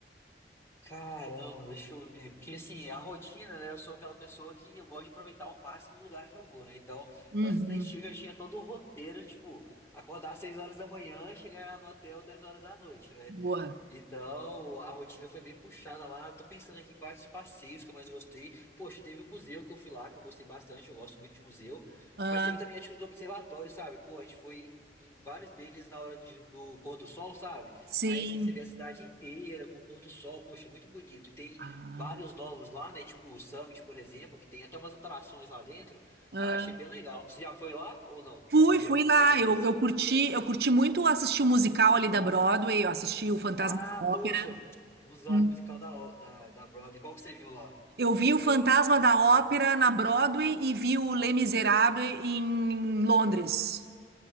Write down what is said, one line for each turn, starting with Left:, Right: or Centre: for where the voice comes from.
Left: Caramba, deixa eu ver. Porque assim, a rotina, né? Eu sou aquela pessoa que eu gosto de aproveitar ao máximo o lugar que eu vou, né? Então,
Right: Uhum.
Left: antes da gente eu já tinha todo o roteiro, tipo, acordar às 6 horas da manhã, chegar no hotel 10 horas da noite, né?
Right: Boa.
Left: Então, a rotina foi bem puxada lá. Tô pensando aqui quais os passeios que eu mais gostei. Poxa, teve o museu que eu fui lá, que eu gostei bastante, eu gosto muito de museu.
Right: Ah,
Left: Mas teve também a atitude do observatório, sabe? Pô, a gente foi em vários deles na hora de- do pôr do sol, sabe?
Right: sim.
Left: Aí, assim, você vê a cidade inteira com o pôr do sol, poxa, muito bonito. E tem
Right: Ah,
Left: vários novos lá, né? Tipo o Summit, por exemplo, que tem até umas atrações lá dentro.
Right: ah.
Left: Aí eu achei bem legal. Você já foi lá ou não? Você
Right: Fui,
Left: falou que
Right: fui
Left: já foi nos
Right: lá.
Left: Estados Unidos?
Right: Eu, eu curti, eu curti muito assistir o musical ali da Broadway, eu assisti o Fantasma
Left: Ah,
Right: da Ópera.
Left: poxa, usado
Right: Hum.
Left: musical da, O- da, da Broadway. Qual que você viu lá?
Right: Eu vi o Fantasma da Ópera na Broadway e vi o Les Misérables em Londres.